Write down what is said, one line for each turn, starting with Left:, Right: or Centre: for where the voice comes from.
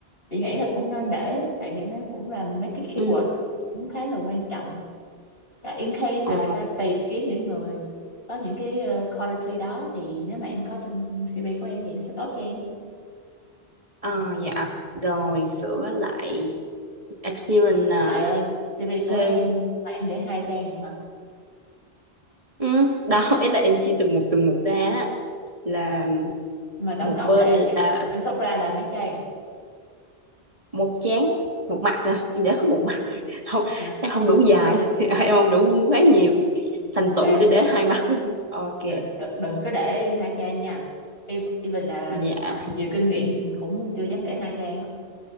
Left: Chị nghĩ là cũng nên để tại vì nó cũng là mấy cái keyword
Right: Ừ.
Left: cũng khá là quan trọng. Tại in case
Right: Ờ,
Left: là người ta tìm kiếm những người có những cái ờ, quality đó thì nếu mà em có trong CV của em thì nó sẽ tốt cho em.
Right: ờ, dạ. Rồi sửa lại experience à.
Left: Trời ơi, CV của
Right: Thêm.
Left: em mà em để hai trang rồi hả?
Right: Ừ, đó <laughs> ý là em chia từng mục từng mục ra á. là
Left: Nhưng mà tổng
Right: một
Left: cộng
Right: bên
Left: là em em
Right: à,
Left: em sort ra là mấy trang?
Right: một chán một mặt à em giải có một mặt <laughs> không
Left: Một mặt.
Right: em không đủ dài <laughs> em không đủ quá nhiều thành
Left: Ok.
Right: tựu để để hai mặt <laughs> ok
Left: đừng, đừng, đừng có để hai trang nha Ev- even là
Right: dạ
Left: nhiều kinh nghiệm cũng chưa dám để hai trang á.